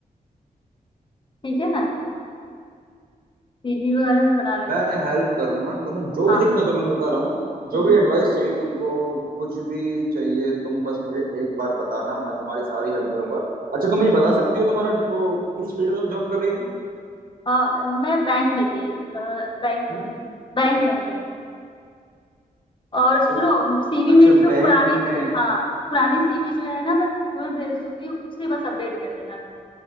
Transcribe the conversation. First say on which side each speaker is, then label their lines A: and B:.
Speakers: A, on the left (about 35°); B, on the right (about 80°).
A: ठीक है ना सीवी वगैरह मैं बना लेती
B: मैं
A: हूँ
B: हेल्प करूंगा तुम्हें जो
A: हाँ
B: भी दिक्कत हो मैं बता रहा हूँ जो
A: हम्म,
B: भी एडवाइस चाहिए तुमको कुछ भी चाहिए तुम बस मुझे एक बार बताना मैं तुम्हारी सारी हेल्प करूंगा अच्छा तुम ये बता सकती हो तुम्हारा वो किस फील्ड में तुम जॉब कर रही थी
A: अ, मैं बैंक में थी अ, बैंक
B: हम्म?
A: में हूँ बैंक में हूँ बैंक और सुनो
B: अ-
A: सीवी
B: अच्छा
A: मेरी जो
B: बैंक
A: पुरानी
B: में
A: से हाँ पुरानी सीवी जो है ना मैं तुम्हें भेज दूंगी उसे बस अपडेट कर देना तुम